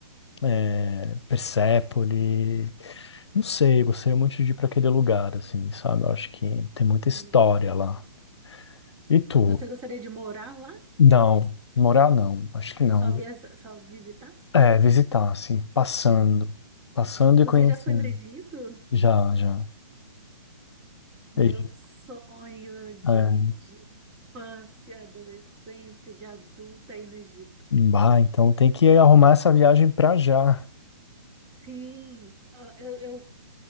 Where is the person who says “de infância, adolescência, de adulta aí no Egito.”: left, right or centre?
Right